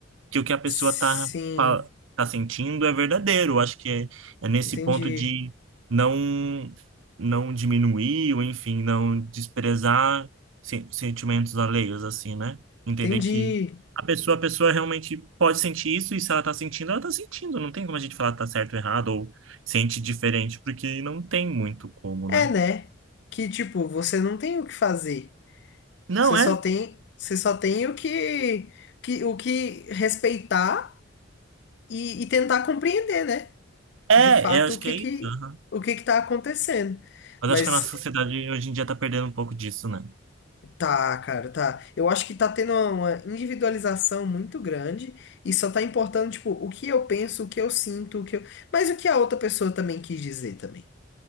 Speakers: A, on the right; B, on the left.
A: que o que a pessoa
B: sim,
A: tá, fa- tá sentindo é verdadeiro. Eu Acho que é, é nesse
B: entendi,
A: ponto de não não diminuir ou enfim, não desprezar sen- sentimentos alheios assim, né? Entender
B: entendi.
A: que a pessoa, a pessoa realmente pode sentir isso e se ela tá sentindo, ela tá sentindo. Não tem como a gente falar que tá certo ou errado ou sente diferente, porque não tem muito como,
B: É,
A: né?
B: né? Que tipo, você não tem o que fazer.
A: Não,
B: Você
A: é.
B: só tem, você só tem o que, que o que respeitar e, e tentar compreender, né?
A: É,
B: De fato,
A: é, acho
B: o
A: que
B: que
A: é
B: que
A: isso. aham.
B: o que que tá acontecendo.
A: Mas
B: Mas
A: acho que a nossa sociedade hoje em dia tá perdendo um pouco disso, né?
B: tá, cara, tá. Eu acho que tá tendo uma individualização muito grande e só tá importando, tipo, o que eu penso, o que eu sinto, o que eu... Mas o que a outra pessoa também quis dizer também.